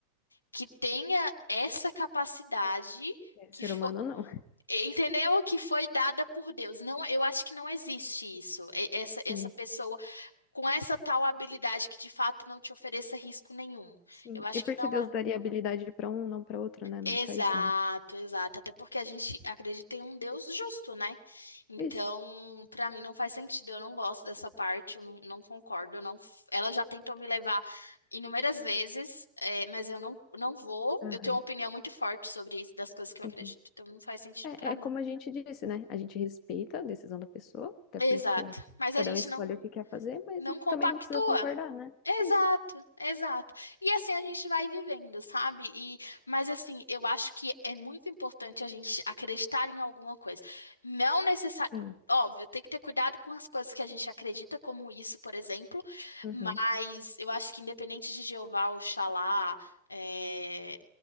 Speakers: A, on the left; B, on the left.
A: que tenha essa capacidade
B: É,
A: que
B: ser
A: foi,
B: humano não.
A: entendeu? Que foi dada por Deus. Não, eu acho que não existe isso. E- Essa
B: Sim,
A: essa pessoa com essa tal habilidade que de fato não te ofereça risco nenhum.
B: sim.
A: Eu acho
B: E por
A: que não
B: que Deus
A: é.
B: daria habilidade para um, não para outro, né? Não
A: Exato,
B: faz um.
A: exato. Até porque a gente acredita em um Deus justo, né? Então,
B: Isso.
A: pra mim não faz sentido. Eu não gosto dessa parte, eu não, não concordo. Eu não, ela já tentou me levar inúmeras vezes, é, mas eu não, não vou.
B: Aham.
A: Eu tenho uma opinião muito forte sobre isso, das coisas
B: Sim.
A: que eu acredito, então não faz sentido
B: É,
A: pra
B: é
A: mim.
B: como a gente disse, né? A gente respeita a decisão da pessoa, até
A: Exato.
B: porque
A: Mas a
B: cada
A: gente
B: um escolhe
A: não,
B: o que quer fazer, mas
A: não compactua.
B: também não precisa concordar, né?
A: Exato,
B: Isso.
A: exato. E assim a gente vai vivendo, sabe? E, mas assim, eu acho que é muito importante a gente acreditar em alguma coisa. Não necessariamente.
B: Sim.
A: Óbvio, tem que ter cuidado com as coisas que a gente acredita, como isso, por exemplo.
B: Uhum.
A: Mas eu acho que independente de Jeová, Oxalá, é,